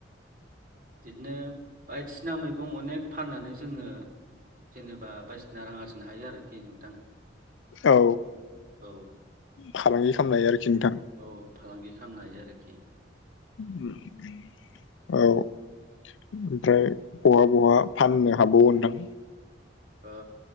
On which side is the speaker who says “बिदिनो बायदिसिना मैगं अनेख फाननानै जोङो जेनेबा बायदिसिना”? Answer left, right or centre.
Right